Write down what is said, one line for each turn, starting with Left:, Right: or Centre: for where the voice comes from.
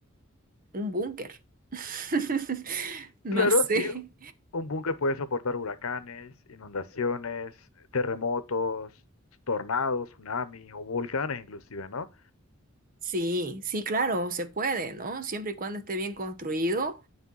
Right: un búnker. <laughs> No
Left: claro,
Right: sé.
Left: sí, un búnker puede soportar huracanes, inundaciones, terremotos, tornados, tsunamis o volcanes inclusive, ¿no?
Right: Sí, sí, claro, se puede, ¿no? Siempre y cuando esté bien construido